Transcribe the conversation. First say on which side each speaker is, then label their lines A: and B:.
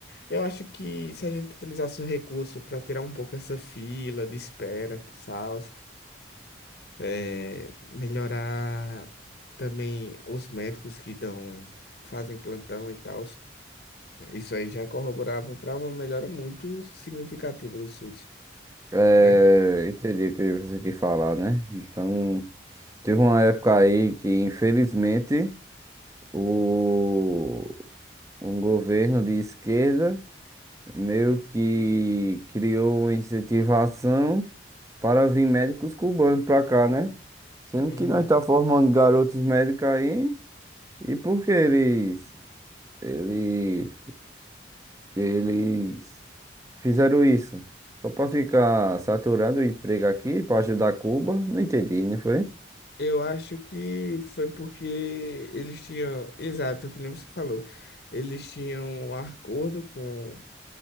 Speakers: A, on the left; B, on the right.
A: Eu acho que se a gente utilizasse o recurso para tirar um pouco essa fila de espera, tal, é, melhorar também os médicos que dão, fazem plantão e tal. Isso aí já corroborava para uma melhora muito significativa do SUS,
B: É,
A: né?
B: entendi o que você quis falar, né? Então, teve uma época aí que, infelizmente, o, um governo de esquerda meio que criou uma incentivação para vir médicos cubanos para cá, né? Sendo
A: Uhum.
B: que nós tá formando garotos médicos aí, e porque eles, eles, eles Fizeram isso. Só pra ficar saturando o emprego aqui, pra ajudar Cuba. Não entendi, não foi?
A: Eu acho que foi porque eles tinham, exato, que nem você falou, eles tinham um acordo com,